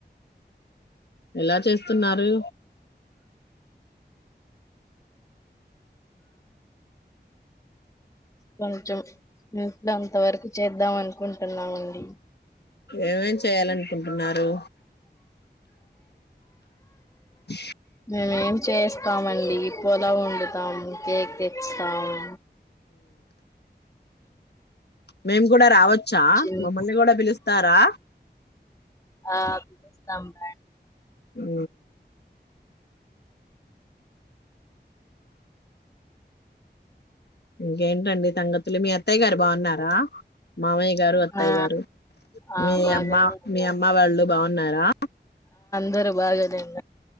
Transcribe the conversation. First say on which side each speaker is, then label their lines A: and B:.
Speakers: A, on the left (about 65°); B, on the left (about 20°).
A: ఎలా చేస్తున్నారు
B: కొంచెం ఇంట్లో అంత వరకు చేద్దాం అనుకుంటున్నామండి.
A: ఏమేం చేయాలనుకుంటున్నారు. అ
B: మేమేం చేస్తామండి పులావ్ వండుతాము, కేక్ తెచ్తాము.
A: మేం గూడా రావ చ్చా
B: చిన్
A: మమ్మల్ని గూడా పిలుస్తారా
B: ఆ ఇస్తా రా
A: ఓ ఇంకేంటండి తంగతులు మీ అత్తయ్య గారు బాగున్నారా మామయ్య గారు, అత్తయ్య
B: ఆ
A: గారు,
B: ఆ
A: మీ
B: బాగానే
A: అమ్మ,
B: ఉన్నారు.
A: మీ అమ్మ వాళ్ళు బాగున్నారా.
B: సరే బాగా జేయండి